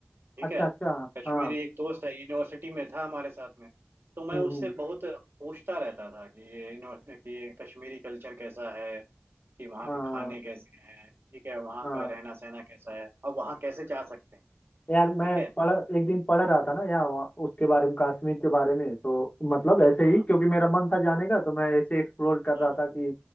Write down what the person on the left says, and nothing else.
अच्छा
अच्छा
हाँ
हम्म
हम्म
हाँ
हाँ
यार मैं
पढ़ एक दिन पढ़ रहा था ना यहाँ वहाँ उसके बारे में कश्मीर के बारे में तो मतलब ऐसे
ही क्योंकि मेरा मन था जाने का तो मैं ऐसे एक्सप्लोर कर
रहा था कि